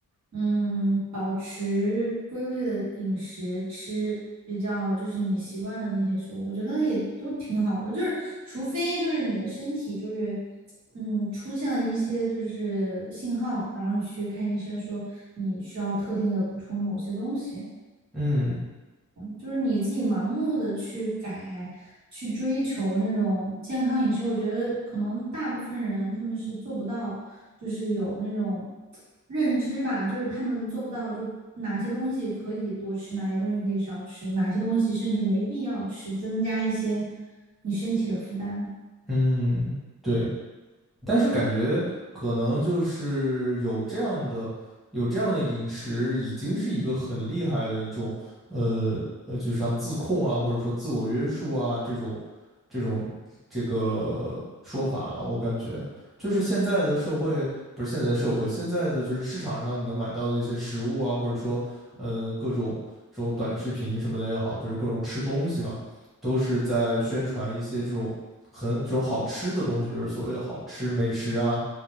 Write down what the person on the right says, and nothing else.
嗯，保持规律的饮食，吃比较就是你习惯的那些食物，我觉得也都挺好的。就是除非就是你的身体就是嗯出现了一些就是信号，然后你去看医生说你需要特定的补充某些东西。
就是你自己盲目的去改、去追求那种健康饮食，我觉得可能大部分人他们是做不到，就是有那种认知吧，就是他们做不到，就哪些东西可以多吃，哪些东西可以少吃，哪些东西甚至没必要吃，增加一些你身体的负担。